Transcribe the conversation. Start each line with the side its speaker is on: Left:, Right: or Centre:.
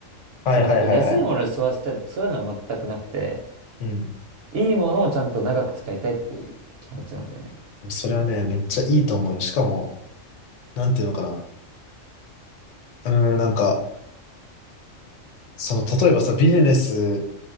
Left: はいはいはいはい。
Right: そのなんか安いものに吸わせたいとかそういうのは全くなくて、
Left: うん。
Right: いいものをちゃんと長く使いたいっていう気持ちなんだよね。
Left: それはね、めっちゃいいと思うよ。しかも、なんていうのかな。うーん、なんか、その、例えばさ、ビジネス